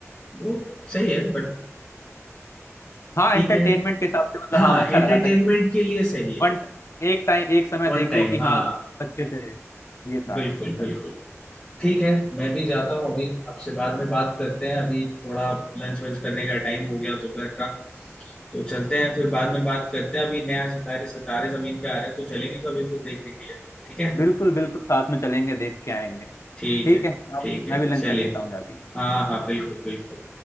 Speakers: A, on the left; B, on the left.
A: वो सही है बट
B: हाँ
A: ठीक
B: एंटरटेनमेंट
A: है
B: के हिसाब से मतलब
A: हाँ
B: हाँ अच्छा
A: एंटरटेनमेंट
B: लगा था कि
A: के लिए सही है
B: वन एक टाइम एक समय
A: वन
B: देखो
A: टाइम
B: कि हाँ
A: हाँ
B: अच्छे से ये था
A: बिल्कुल
B: सही
A: बिल्कुल ठीक है मैं भी जाता हूँ अभी आपसे बाद में बात करते हैं अभी थोड़ा लंच वंच करने का टाइम हो गया दोपहर का तो चलते हैं फिर बाद में बात करते हैं अभी नया सितारे सितारे जमीन पे आ रहे हैं तो चलेंगे कभी फिर देखने के लिए ठीक है
B: बिल्कुल बिल्कुल साथ में चलेंगे देख के आएंगे
A: ठीक
B: ठीक
A: है
B: है अब
A: ठीक है
B: मैं भी लंच
A: चलिए
B: कर लेता हूँ जाके
A: हाँ हाँ बिल्कुल बिल्कुल